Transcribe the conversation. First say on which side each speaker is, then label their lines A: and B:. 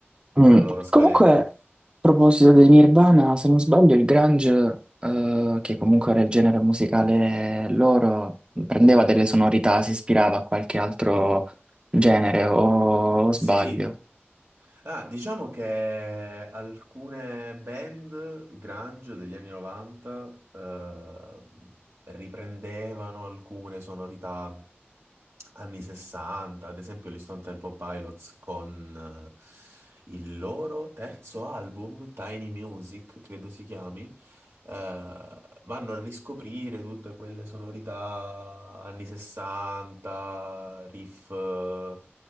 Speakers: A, on the right; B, on the right.
A: Mm.
B: nella loro scaletta.
A: Comunque, a proposito di Nirvana, se non sbaglio, il grunge, eh, che comunque era il genere musicale loro, prendeva delle sonorità, si ispirava a qualche altro genere, o, o
B: Sì,
A: sbaglio?
B: Ah, diciamo che alcune band grunge degli anni 90 eh, riprendevano alcune sonorità anni 60, ad esempio gli Stone Temple Pilots con eh, il loro terzo album, Tiny Music, credo si chiami eh, vanno a riscoprire tutte quelle sonorità anni 60, riff eh,